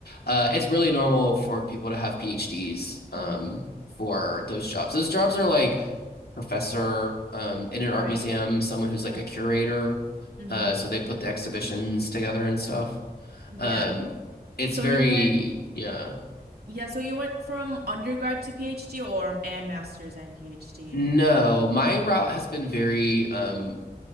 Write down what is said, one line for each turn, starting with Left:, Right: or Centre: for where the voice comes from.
Left: uh, it's really normal for people to have PhDs um,
Right: hmm
Left: for those jobs. Those jobs are like professor um, in an art
Right: Right.
Left: museum, someone
Right: Exactly.
Left: who's like a curator.
Right: hmm
Left: Uh, so they put the exhibitions together and stuff.
Right: Yeah.
Left: Um, it's
Right: So
Left: very,
Right: you went
Left: yeah.
Right: Yeah, so you went from undergrad to PhD or and master's and PhD.
Left: No, my route has been very um,